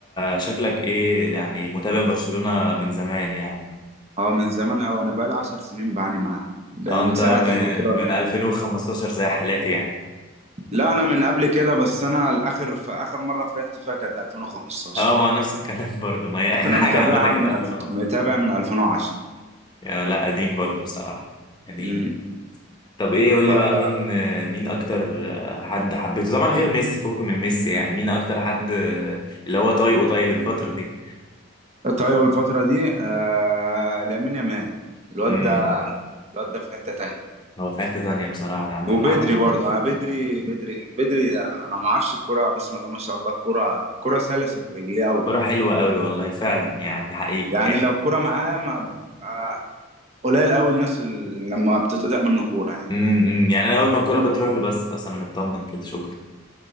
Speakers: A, on the left; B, on the right.
A: شكلك ايه يعني متابع برشلونة من زمان يعني
B: اه من زمان قوي انا بقالي 10 سنين بعاني معاهم ده
A: اه
B: من
A: انت
B: ساعه
A: م-
B: البطوله
A: من 2015 زي حالاتي يعني
B: لا انا من قبل كده بس انا الاخر في اخر مره فرحت فيها كانت 2015
A: اه ما هو نفس الكلام <laughs> برضو ما هي اخر
B: انا
A: حاجة
B: متابعها
A: عامة كانت
B: من
A: 2015
B: الف... متابع من 2010
A: يا لا قديم برضو بصراحة قديم
B: امم
A: طب ايه قول
B: ف-
A: لي بقى مين مين اكتر حد حبيته طبعا غير ميسي فوق من ميسي يعني مين اكتر حد اللي هو طايقه طيب الفترة دي
B: طيب الفتره دي آه... لامين يامال الواد
A: امم
B: ده الواد ده في حته تانية
A: هو في حتة ثانية بصراحة يعني عندك
B: وبدري
A: حق آه.
B: برضه انا بدري بدري بدري ده انا ما اعرفش الكرة بسم الله ما شاء الله الكرة الكرة سلسة في رجليه قوي
A: كرة حلوة قوي والله فعلا يعني حقيقي
B: يعني لو الكرة معاه ما أنا قليل قوي الناس اللي لما بتتقطع منه كورة يعني
A: امم يعني انا اول ما الكرة بتروح له بس خلاص انا مطمن كده شكرا